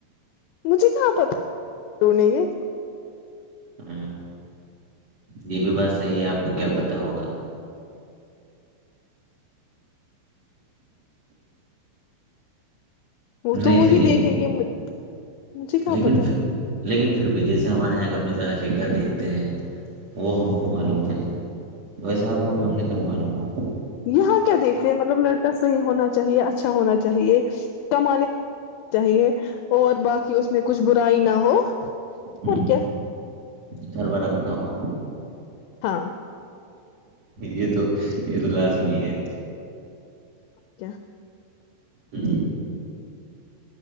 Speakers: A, on the left; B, on the right.
A: مجھے کہاں پتا نے یہ
B: ہ ہ یہ بھی بات صحی ہے آپ کو کیا پتا ہوگا
A: وہ
B: نہیں
A: تو وہی
B: صحیح
A: دیکھیں
B: ہے
A: گے مجھے کہاں
B: لیکن
A: پتا
B: پھر-
A: ہے
B: لیکن پھر بھی جیسے ہمارے یہاں کا مزاج ہے کیا دیکھتے ہیں وہ ہم کو معلوم ہےیں تو ویسے آپ کو بھی ہم نے کہ معلوم ہوگا
A: ہے یہاں کیا دیکھتے ہیں مطلب لڑکا صحیح ہونا چاہیے اچھا ہونا چاہیے کمانے چاہیے اور باقی اس میں کچھ برائی نہ ہو
B: ہ
A: اور کیا
B: تھھربار اپنا ہو
A: ہاں
B: یہ تو یہ تو لازمی ہے
A: کیا
B: ہ